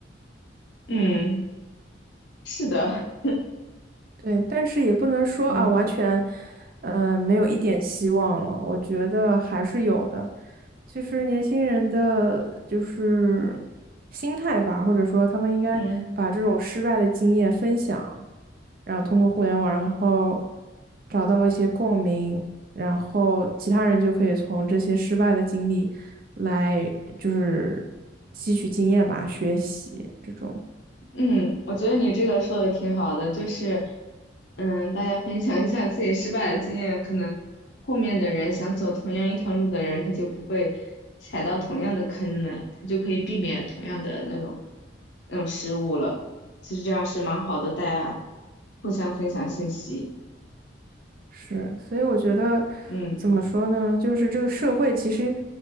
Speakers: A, on the left; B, on the right.
A: 嗯，是的，
B: 对，但是也不能说啊，
A: 嗯
B: 完全，嗯，没有一点希望了。我觉得还是有的，其实年轻人的，就是心态吧，或者说他们应该把这种失败的经验分享，
A: 嗯。
B: 然后通过互联网，然后找到一些共鸣，然后其他人就可以从这些失败的经历来，就是吸取经验吧，学习这种。
A: 嗯，我觉得你这个说的挺好的，就是，嗯，大家分享一下自己失败的经验，可能后面的人想走同样一条路的人，他就不会踩到同样的坑了，他就可以避免同样的那种那种失误了。其实这样是蛮好的，大家互相分享信息。
B: 是，所以我觉得
A: 嗯
B: 怎么说呢，就是这个社会其实